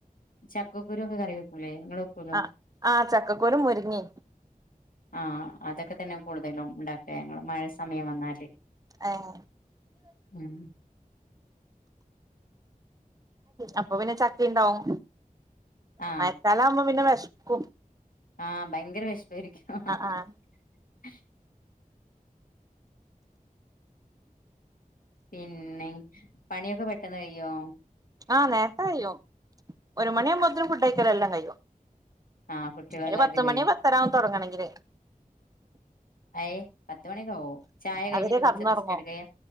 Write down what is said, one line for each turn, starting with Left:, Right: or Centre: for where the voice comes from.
Left: ച്ചപ് ചക്കക്കുരു ഒക്കെ കറി വെക്കൂലേ നിങ്ങള് വെക്കൂലോ
Right: ആ ആ ചക്കക്കുരു മുരുങ്ങേ
Left: ആ അതൊക്കെ തന്നെ കൂടുതലും ഇണ്ടാക്കെ ഞങ്ങള് മഴ സമയം വന്നാല്
Right: ഏഹ്
Left: ഉം
Right: അപ്പൊ പിന്നെ ചക്ക ഇണ്ടാവും
Left: ആ
Right: മഴക്കാലവുബം പിന്നെ വിശപ് ക്കും
Left: ആ ഭയങ്കര വിശപ് ശരിക്കും ഹ ഹ
Right: ആഹ്
Left: ഹ പിന്നെ പണിയൊക്കെ പെട്ടെന്ന് കഴ്യൊ
Right: ആ നേരത്തെ കഴിയും ഒരു മണിയാകുമ്പോത്തും ഫുഡഴിക്കല് എല്ലാം കഴിയും
Left: ആ കുട്ടികളെല്ലാതും
Right: ഒരു പത്തുമണി
Left: കഴിയോ
Right: പത്തരാവും തൊടങ്ങണങ്കില്
Left: അ ഏ പത്ത് മണിക്കാവോ ചായ കഴിഞ്ഞിട്ട്
Right: അതുവരെ
Left: കൊറച്ച്
Right: കടന്നുറങ്ങും
Left: റെസ്റ്റ് എടുക്കയാ